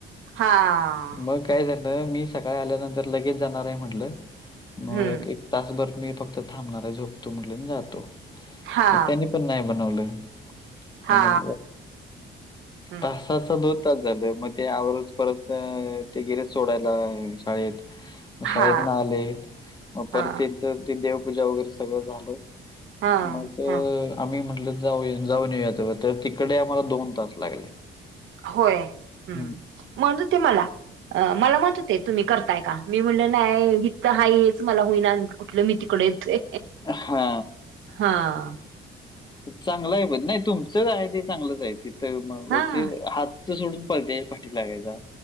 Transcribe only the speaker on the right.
हा
हम्म
हम्म
हा
हा
हम्म
हा
हा
हा
हा
होय, हम्
म्हणत होती मला.. अ मला म्हणत होते तुम्ही करताय का? मी म्हणलं नाही हित तर हाच मला होईना. कुठलं मी तिकडे येतोय.
हां.
हा